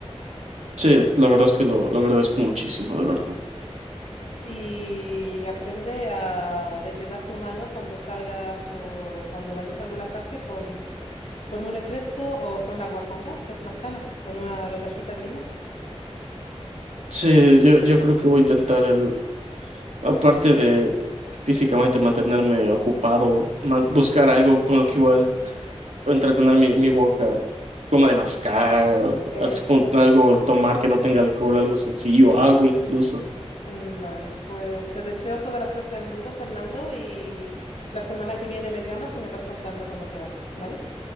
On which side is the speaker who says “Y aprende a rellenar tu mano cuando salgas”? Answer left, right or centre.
Left